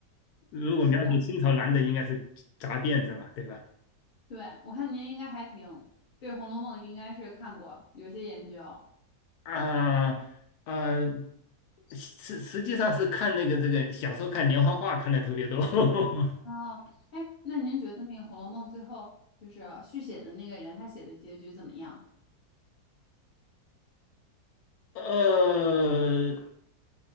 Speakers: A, on the left (about 75°); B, on the left (about 40°).
A: 如果描写清朝男的，
B: 是的，
A: 应该是扎辫子嘛，对吧？
B: 对，我看您应该还挺对《红楼梦》应该是看过有些研究，
A: 啊啊，实实际上是看那个这个小时候看连环画看的特别多。<laughs>
B: 哦，哎，那您觉得那个《红楼梦》最后就是续写的那个人他写的结局怎么样？
A: 呃，